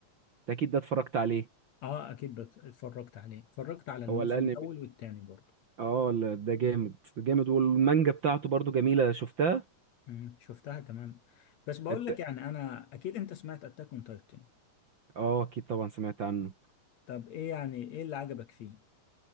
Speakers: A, on the right; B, on the left.
A: ده اكيد ده اتفرجت عليه
B: أه أكيد بت- اتفرجت عليه اتفرجت على الموسم
A: هو الانمي
B: الأول والتاني برضه
A: اه لا، ده جامد جامد والمانجا بتاعته برضو جميلة شفتها
B: أمم، شفتها تمام بس بقول
A: أت-
B: لك يعني أنا أكيد أنت سمعت أتاك أون تايتن
A: اه اكيد طبعا سمعت عنه
B: طب إيه يعني إيه اللي عجبك فيه؟